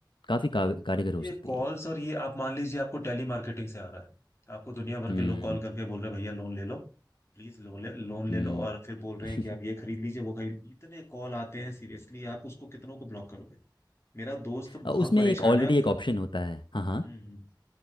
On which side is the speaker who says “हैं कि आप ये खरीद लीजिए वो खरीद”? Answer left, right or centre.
Left